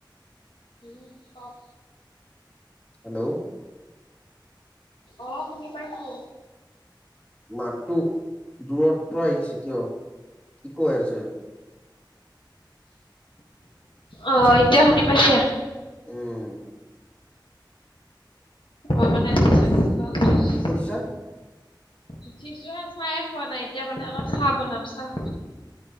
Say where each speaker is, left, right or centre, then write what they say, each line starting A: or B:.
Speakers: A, on the left (about 85°); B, on the left (about 15°).
A: কি ক'ক?
B: হেল্ল'!
A: অ', শুনি পাইছো।
B: মাতটো দূৰৰ পৰা আহিছে কিয়, কি কৈ আছে?
A: অ', এতিয়া শুনি পাইছে?
B: উম।
A: মই মানে
B: কি
A: ৰাতিপুৱা
B: কৰি
A: উঠিছো
B: কি কৰিছা
A: উঠিছো হে চাহয়ে খোৱা নাই, এতিয়া মানে অলপ চাহ বনাম চাহ।